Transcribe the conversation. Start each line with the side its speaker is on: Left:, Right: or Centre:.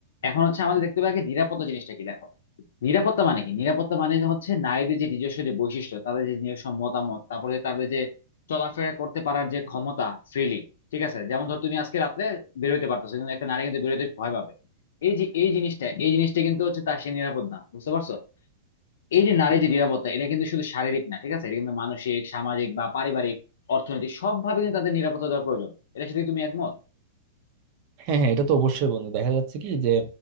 Left: এখন হচ্ছে আমাদের দেখতে হবে আগে নিরাপত্তা জিনিসটা কি দেখো নিরাপত্তা মানে কি নিরাপত্তা মানে যে হচ্ছে নারীদের যে নিজস্ব যে বৈশিষ্ট্য তাদের যে নিজস্ব মতামত তারপরে যে তাদের যে চলাফেরা করতে পারার যে ক্ষমতা ফ্রিলি ঠিক আছে যেমন ধর তুমি আজকে রাত্রে বেরোইতে পারতেছো কিন্তু একটা নারী কিন্তু বেরোতে ভয় পাবে এই যে এই জিনিসটা এই জিনিসটা কিন্তু হচ্ছে তার সে নিরাপদ না বুঝতে পারছো এই যে নারী যে নিরাপত্তা এটা কিন্তু শুধু শারীরিক না ঠিক আছে এটা কিন্তু মানসিক সামাজিক বা পারিবারিক অর্থনৈতিক সবভাবে কিন্তু তাদের নিরাপত্তা দেওয়া প্রয়োজন এটা সাথে কি তুমি একমত
Right: হ্যাঁ হ্যাঁ এটা তো অবশ্যই বন্ধু দেখা যাচ্ছে কি যে